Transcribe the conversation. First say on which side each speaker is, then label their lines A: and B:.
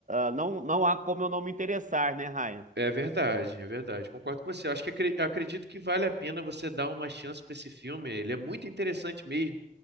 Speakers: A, on the right (about 50°); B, on the right (about 85°).
A: ah, não, não há como eu não me interessar, né, Ryan?
B: É verdade, é verdade. Concordo com você. Eu Acho que acre- acredito que vale a pena você dar uma chance para esse filme. Ele é muito interessante mesmo.